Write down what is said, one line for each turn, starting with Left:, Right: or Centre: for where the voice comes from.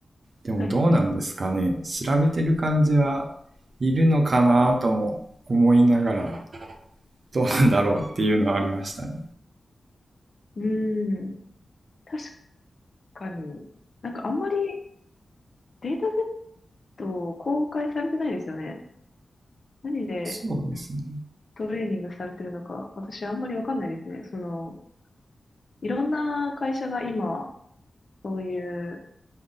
Right: でもどうなんですかね。
Left: はい、はい。
Right: 調べてる感じはいるのかなとも思いながら、どうなんだろうっていうのはありましたね。
Left: うーん、確かに、なんかあんまりデータセット公開されてないですよね。何で
Right: そうですね。
Left: トレーニングされてるのか、私あんまりわかんないですね。その、いろんな会社が今、そういう